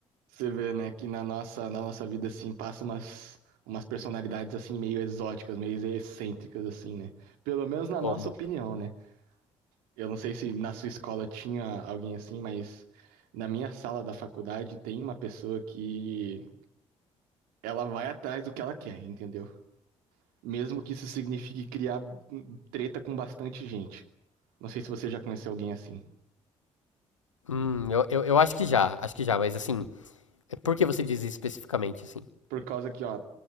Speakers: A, on the right; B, on the left.
A: Você vê, né, que na nossa, na nossa vida, assim, passa umas, umas personalidades, assim, meio exóticas, meio excêntricas, assim, né? Pelo menos na
B: Como?
A: nossa opinião, né? Eu não sei se na sua escola tinha alguém assim, mas na minha sala da faculdade tem uma pessoa que ela vai atrás do que ela quer, entendeu? Mesmo que isso signifique criar hum, treta com bastante gente. Não sei se você já conheceu alguém assim.
B: Hum, eu, eu, eu acho que já, acho que já, mas assim, por que você diz isso especificamente, assim?
A: Por causa que, ó,